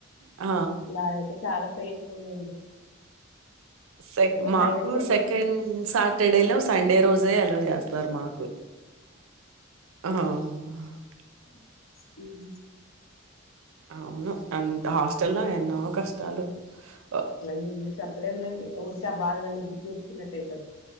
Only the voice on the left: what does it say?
నాదైతే చాలా పెయిన్స్ ఉండుంది.
ఫైనాన్షియల్
హ్
అవి ఇవి చెప్పలేములేండి ఊరికె ఆ బాధలన్నీ గుర్తుచేసుకున్నట్టు అయితాంది.